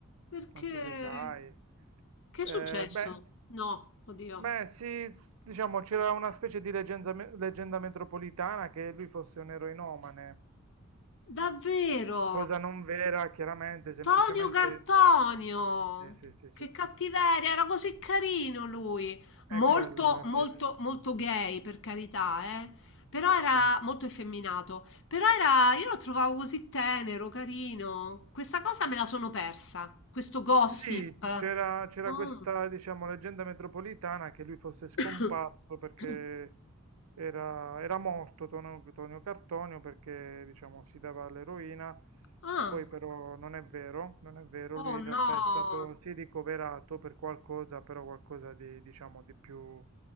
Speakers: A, on the left; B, on the right.
A: Perché?
B: non so se sai.
A: Che
B: Eh,
A: è successo?
B: beh,
A: No, oddio.
B: beh, sì, s- diciamo c'era una specie di leggenza- leggenda metropolitana che lui fosse un eroinomane,
A: Davvero?
B: cosa non vera, chiaramente, semplicemente...
A: Tonio Cartonio!
B: Sì, sì, sì, sì,
A: Che cattiveria, era così carino lui.
B: è
A: Molto,
B: quello alla
A: molto,
B: fine,
A: molto gay, per carità, eh. Però
B: sì.
A: era molto effeminato. Però era, io lo trovavo così tenero, carino. Questa cosa me la sono persa, questo gossip.
B: Sì, c'era c'era
A: Mm.
B: questa, diciamo, leggenda metropolitana che lui fosse scomparso
A: <coughs>
B: perché era, era morto Tonio, Tonio Cartonio perché, diciamo, si dava all'eroina,
A: Ah.
B: poi però non è vero, non è vero,
A: Oh
B: lui in
A: no!
B: realtà è stato, sì, ricoverato per qualcosa, però qualcosa di, diciamo, di più,